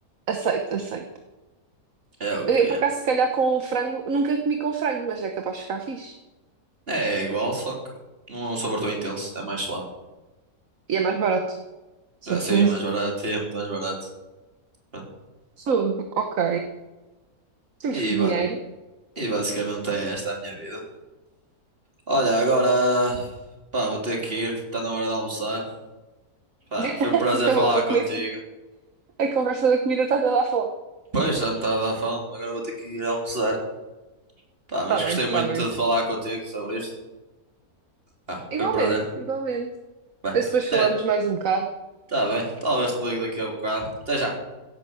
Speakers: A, on the right; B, on the right.
A: Aceito, aceito.
B: É o que
A: Eu, por
B: é.
A: acaso, se calhar com um frango, nunca comi com frango, mas é capaz de ficar fixe.
B: É igual, só que não é um sabor tão intenso, é mais suave.
A: E é mais barato. Certeza.
B: Já sei, é mais barato, <laughs> é muito mais barato. Pronto.
A: Fogo. Ok. Temos
B: E,
A: que dinheiro.
B: ba- e basicamente é esta a minha vida. Olha, agora, pá, vou ter que ir, que está na hora de almoçar. Pá,
A: <laughs>
B: foi um prazer
A: Eu
B: falar
A: vou
B: contigo.
A: comer. sim. A conversa da comida está toda a fome.
B: Pois, já me está a dar fome, agora vou ter que ir almoçar. Pá,
A: Está
B: mas
A: bem,
B: gostei
A: está
B: muito
A: bem.
B: de falar contigo sobre isto. Ah, foi
A: Igualmente,
B: um prazer.
A: igualmente.
B: Bem,
A: Mas depois falamos
B: até,
A: mais um bocado.
B: tá bem, talvez te ligue daqui a bocado. Até já.